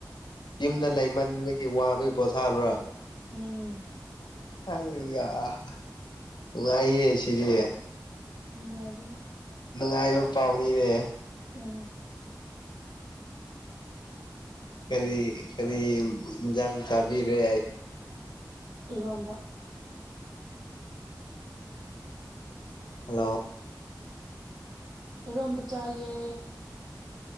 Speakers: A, on the left; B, on the right.
A: ꯌꯨꯝꯗ ꯂꯩꯃꯟꯕꯒꯤ ꯋꯥꯕꯒꯤ ꯄꯣꯊꯥꯕ꯭ꯔꯥ꯫
B: ꯎꯝ꯫
A: ꯑꯩꯌꯥ ꯅꯨꯡꯉꯥꯢꯌꯦ ꯁꯤꯗꯤ꯫
B: ꯅꯨꯡꯉꯥꯏꯕꯅꯦ꯫
A: ꯅꯨꯡꯉꯥꯏꯕ ꯄꯥꯎꯅꯤꯅꯦ꯫
B: ꯎꯝ꯫
A: ꯀꯔꯤ ꯀꯔꯤ ꯏꯟꯖꯥꯡ ꯆꯥꯕꯤꯔꯦ꯫
B: ꯏꯔꯣꯝꯕ꯫
A: ꯍꯜꯂꯣ꯫
B: ꯢꯔꯣꯝꯕ ꯆꯥꯏꯌꯦ꯫